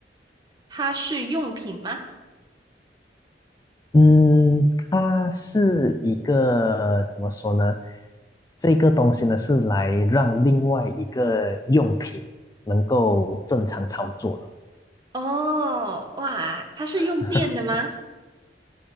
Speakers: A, on the right; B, on the left.
A: 它是用品吗？
B: 嗯，它是一个，怎么说呢？这个东西呢，是来让另外一个用品能够正常操作的
A: 哦，哇，它是用电的吗？
B: <laughs>。